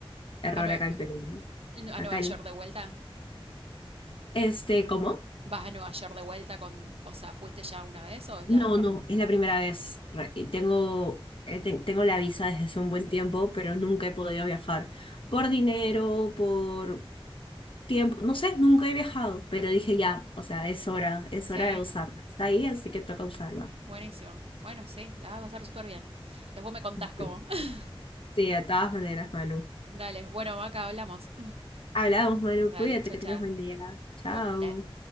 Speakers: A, on the left; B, on the right.
A: error
B: a, Nue-
A: acá en Perú.
B: a
A: Acá
B: Nueva
A: en-
B: York de vuelta.
A: este, ¿cómo?
B: ¿Vas a Nueva York de vuelta con, o sea, fuiste ya una vez o es
A: No,
B: la primera?
A: no, es la primera vez. Re- y Tengo, eh, ten- tengo la visa desde hace un buen tiempo, pero nunca he podido viajar por dinero, por tiempo, no sé, nunca he viajado, pero dije ya, o sea, es hora, es
B: Sí.
A: hora de usarla. Está ahí, así que toca usarla.
B: Buenísimo. Bueno, sí, la vas a pasar súper bien. Después me contás
A: Ujú.
B: cómo. <laughs>
A: Sí, de todas maneras, Manu.
B: Dale, bueno, acá hablamos.
A: Hablamos, Manu,
B: <laughs> Dale,
A: cuídate
B: chao,
A: que
B: chao.
A: tengas buen día. Chao.
B: Igualmente.